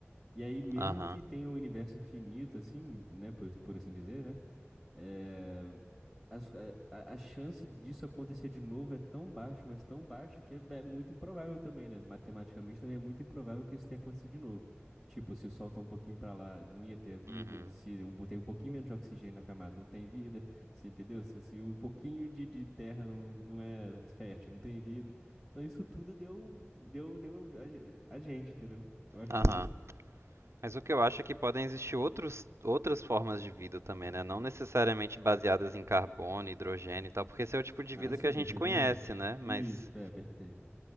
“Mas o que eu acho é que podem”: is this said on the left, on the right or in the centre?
Right